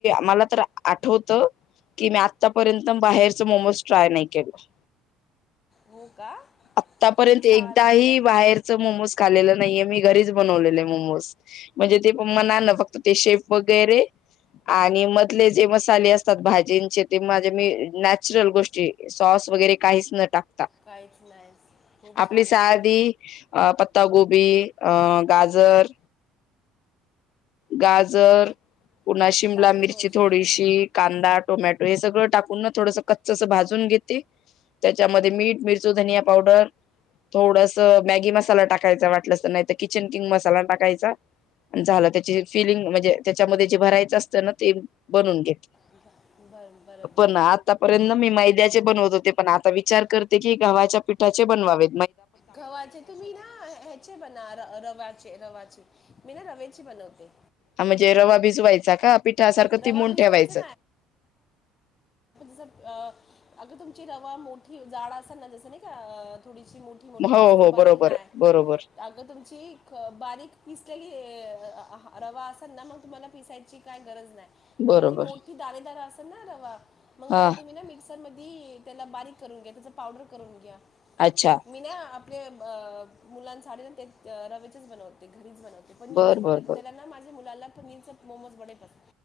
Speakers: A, on the left; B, on the left.
A: मला आठवत की आ र्यंत बाहेरच मोमोज ट्राय नाही केलं.
B: हो. का
A: आतापर्यंत
B: खूप छान
A: एकदा
B: आहे तर
A: बाहेरच मोमोज खालेलं नाहीे मी घरी. घरीच बनवलेला आहे मोमोज ते फक्त मनानं फक्त. ते शेप वगैरे आणि मधले जे मसाले अस. भाजींचे ते माझे मी नॅचरल गोष्टी सॉस वगैरे काहीच न टाक.
B: काहीच नाही. खूप
A: आपली
B: छान आहे
A: सादी
B: मग
A: अ पत्तागोबी अं गाजर. गाजर.
B: हो
A: पुन्हा शिमला
B: चांगली
A: मिरची
B: गोष्ट
A: थोडीशी
B: आहे
A: कांदा टोमॅटो हे सगळं टाकून ना थोडस कच. स भाजून घेते त्याच्यामध्ये मीठ मिरच धनिया पावडर. थोडस मॅगी मसाला टाकायचा वाटलंस नाही तर किचन किंग मसाला टाकायचा. झालं त्याची फिलिंग म्हणजे त्याच्यामध्ये जे भरायचं असतं ना ते बनून घेत.
B: ब- बर बरोबर
A: पण आतापर्यंत मी मैद्याचे बनवत होते पण आता विचार करते. कि गव्हाच्या पीठाचे बनवावे.
B: गव्हाचे तुम्ही ना ह्याचे बणा रवाचे रवाचे. मी ना रवेची बनवते.
A: हा म्हणजे रवा भिजवायचा का पिठासारखं
B: रवा
A: तिबून
B: भिजवायचा
A: ठेवायचं.
B: अग तुमची रवा मोठी जाड अस जस नाही का थोडी. मो
A: हो
B: अस
A: हो
B: बारीक
A: बरोबर
B: नाही
A: बरोबर
B: अग तुमची बारीक पिस्. ते रवा असल ना मग तुम्हाला पिसायची काय गरज नाही. अगं
A: बरोबर
B: ती मोठी दारेदार असेल ना रवा मग
A: हा
B: त्याला तुम्ही ना मिक्सर मध्ये. त्याला बारीक करून घ्या त्याच पावडर करून घ्या.
A: अच्छा
B: मी ना आपल्या अं मुलांसाठी ते अं रवेचेच बनवते घरी. मीच बनवते पनीरची
A: बर बर
B: बनवते
A: बर
B: त्याला ना माझ्या मुलाला पनीरचं मोमोज बडे पसंत.